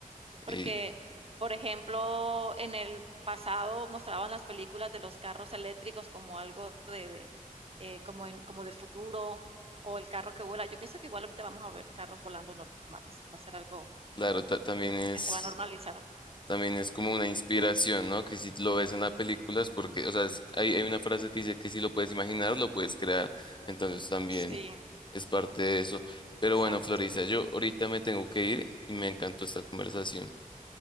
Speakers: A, on the right; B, on the left.
A: Porque,
B: Eh,
A: por ejemplo, en el pasado mostraban las películas de los carros eléctricos como algo de, de, eh, como en, como de futuro, o el carro que vuela. Yo pienso que igual ahorita vamos a ver carros volando normales, va a ser algo
B: claro, ta- también es.
A: que se va a normalizar.
B: También es como una inspiración, ¿no? Que si lo ves en la película es porque, o sea, es- hay, hay una frase que dice que si lo puedes imaginar, lo puedes crear. Entonces también
A: Sí,
B: es parte de eso. Pero
A: exacto.
B: bueno, Florisa, yo ahorita me tengo que ir y me encantó esta conversación.